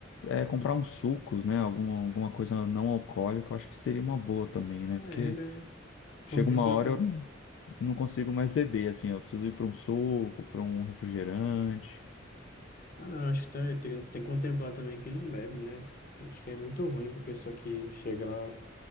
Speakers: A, on the left; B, on the left.
A: é, comprar uns sucos, né? Alguma alguma coisa não alcoólica, eu acho que seria uma boa também, né?
B: Ah,
A: Porque
B: é, né? Contempla
A: chega uma hora
B: a pessoa.
A: eu não, não consigo mais beber, assim, eu preciso ir para um suco, para um refrigerante.
B: Ah, não, acho que tem, tem, tem que contemplar também quem não bebe, né? Acho que é muito ruim pra pessoa que chega lá.